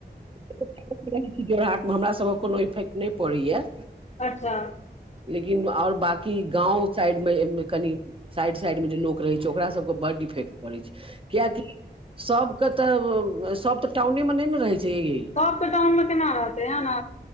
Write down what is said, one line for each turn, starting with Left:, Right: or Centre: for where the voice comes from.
Right: छी जोड़हाट मे हमरा सबके कोनो इफेक्ट नहि पड़ैया
Left: अच्छा
Right: लेकिन और बाकी गाँव साइड मे एमे कनि साइड साइड मे जे लोक रहै छै ओकरा सबके बड इफेक्ट पड़ै छै कियाकि सभके तऽ सभ तऽ टाउनेमे नहि ने रहै छै यै
Left: सभ त टाउन मे केना रहते यहै न